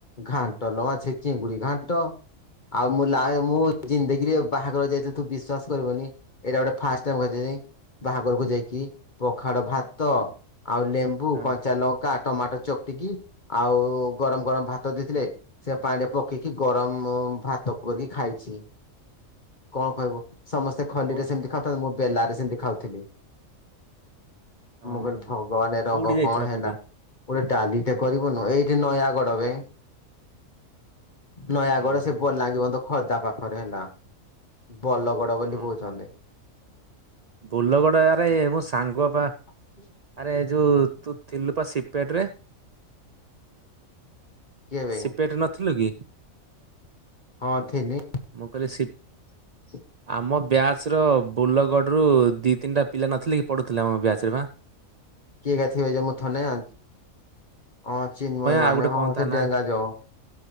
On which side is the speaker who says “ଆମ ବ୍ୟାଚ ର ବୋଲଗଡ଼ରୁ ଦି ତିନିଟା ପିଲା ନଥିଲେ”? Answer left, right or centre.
Right